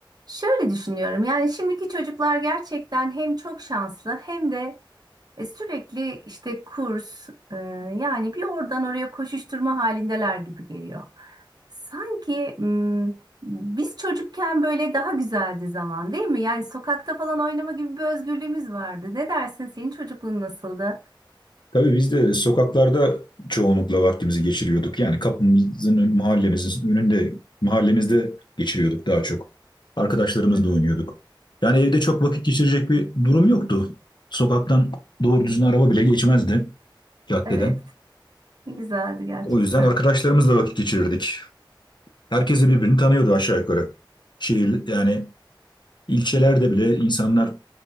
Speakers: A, on the right; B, on the left.
A: Şöyle düşünüyorum yani şimdiki çocuklar gerçekten hem çok şanslı hem de e, sürekli işte kurs e, yani bir oradan oraya koşuşturma halindeler gibi geliyor. Sanki m, biz çocukken böyle daha güzeldi zaman değil mi? Yani sokakta falan oynama gibi bir özgürlüğümüz vardı. Ne dersin senin çocukluğun nasıldı?
B: Tabii biz de sokaklarda çoğunlukla vaktimizi geçiriyorduk. Yani kapımızın, ön- mahallemizin önünde, mahallemizde geçiriyorduk daha çok. Arkadaşlarımızla
A: Hı,
B: oynuyorduk. Yani evde çok vakit geçirecek bir durum yoktu. Sokaktan doğru düzgün araba bile geçmezdi caddeden.
A: Evet, güzeldi gerçekten.
B: O yüzden arkadaşlarımızla vakit geçirirdik. Herkes de birbirini tanıyordu aşağı yukarı. Şehir, yani ilçelerde bile insanlar